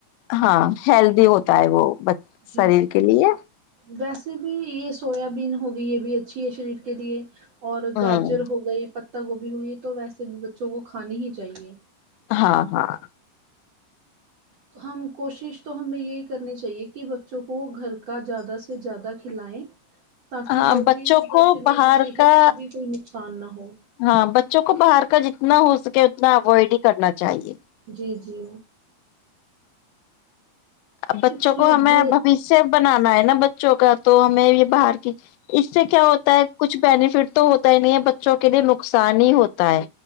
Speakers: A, on the left; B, on the right.
A: ہاں ہیلدی ہوتا ہے وہ
B: جی
A: شریر کے لیے
B: ویسے بھی یہ سویابین ہوگی یہ بھی اچھی ہے شریر کے لیے اور
A: ہوں
B: گاجر ہو گئی پتہ گوبھی ہو گئی تو ویسے بھی بچوں کو کھانی ہی چاہیے
A: ہاں ہاں
B: تو ہم کوشش تو ہمیں یہی کرنی چاہیے کہ بچوں کو گھر کا زیادہ سے زیادہ کھلائیں تاکہ
A: ہاں
B: وہ
A: بچوں
B: بھی ان کا
A: کو
B: شریر
A: باہر
B: صحت
A: کا
B: کو بھی کوئی نقصان نہ ہو
A: ہاں بچوں کو باہر کا جتنا ہو سکے اتنا اوائڈ ہی کرنا چاہیے
B: جی جی
A: اب بچوں
B: کچھ
A: کو
B: لوگ
A: ہمیں بوشیہ بنانا ہے نا بچوں کا تو ہمیں یہ باہر کی اس سے کیا ہوتا ہے کچھ بینیفٹ تو ہوتا ہی نہیں ہے بچوں کے لیے نقصان ہی ہوتا ہے